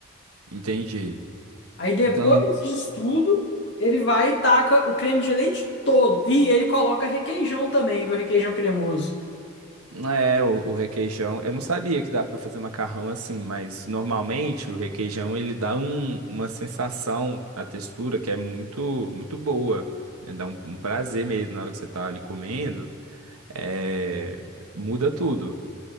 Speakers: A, on the right; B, on the left.
A: entendi.
B: Aí depois
A: Então,
B: disso tudo, ele vai e taca o creme de leite todo. E ele coloca requeijão também, viu? Requeijão cremoso.
A: é o, o requeijão. Eu não sabia que dá pra fazer macarrão assim, mas normalmente o requeijão ele dá um- uma sensação na textura que é muito, muito boa. né? Dá um, um prazer mesmo na hora que você tá ali comendo. É, muda tudo.